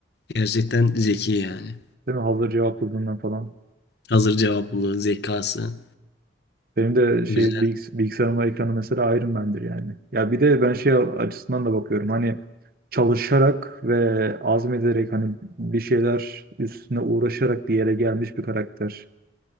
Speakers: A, on the left; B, on the right.
A: Gerçekten zeki yani.
B: Değil mi? Hazır cevapladığından falan.
A: Hazır cevaplı, zekası
B: Benim de şey
A: güzel.
B: bilgis bilgisayarımın ekranı mesela Iron Man'dir yani. Ya bir de ben şey açısından da bakıyorum. Hani çalışarak ve azmederek hani bir şeyler üstüne uğraşarak bir yere gelmiş bir karakter.